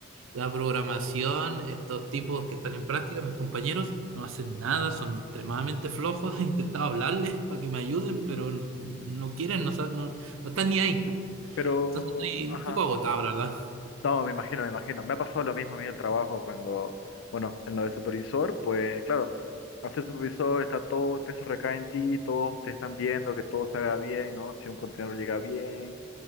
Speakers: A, on the right; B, on the left.
A: La programación, estos tipos que están en práctica, mis compañeros, no hacen nada, son extremadamente flojos. <laughs> He intentado hablarles para que me ayuden, pero no, no quieren, no, sa- no, no están ni ahí.
B: pero,
A: Entonces estoy
B: ajá.
A: un poco agotado, la verdad.
B: No, me imagino, me imagino. Me ha pasado lo mismo a mí en el trabajo cuando, bueno, en lo de supervisor, pues claro, al ser supervisor está todo, el peso recae en ti, todos te están viendo que todo se haga bien, ¿no? Si un contenedor llega bien,